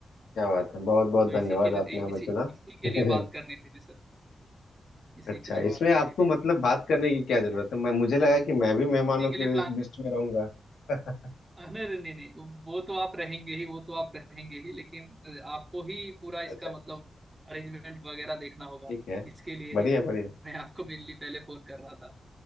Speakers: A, on the left; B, on the right.
A: क्या बात है बहुत बहुत
B: तो
A: धन्यवाद
B: इसी के लिए
A: आपने हमें
B: इसी
A: चुना
B: इसी के
A: <laughs>
B: लिए बात करनी थी जी सर इसी
A: अच्छा
B: के लिए बात
A: इसमें
B: करनी
A: आपको
B: थी
A: मतलब बात करने की क्या जरूरत है मैं मुझे लगा कि मैं भी मेहमानों
B: इसी के लिए
A: की
B: प्लान
A: लिस्ट में रहूंगा <laughs>
B: अरे नहीं नहीं नहीं, वो तो आप रहेंगे ही वो तो आप रहेंगे ही लेकिन अ, आपको ही पूरा इसका
A: अच्छा
B: मतलब अरेंजमेंट वगैरह देखना होगा
A: ठीक है
B: इसके लिए
A: बढ़िया
B: ही
A: बढ़िया
B: मैं आपको मेनली पहले फोन कर रहा था